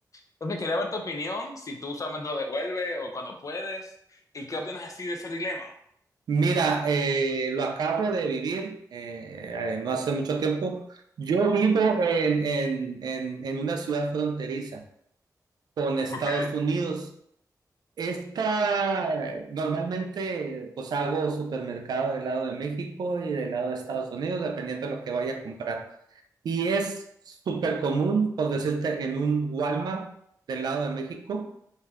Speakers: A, on the left (about 55°); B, on the right (about 80°).
A: Entonces, quería ver tu opinión, si tú solamente lo devuelves o cuando puedes, y qué opinas así de ese dilema.
B: Mira, eh, lo acabo de vivir eh, eh, no hace mucho tiempo. Yo vivo en, en, en, en una ciudad fronteriza con Estados
A: Ok,
B: Unidos. Esta, normalmente, pues hago supermercado del lado de México y del lado de Estados Unidos, dependiendo de lo que vaya a comprar. Y es súper común, por decirte, en un Walmart del lado de México,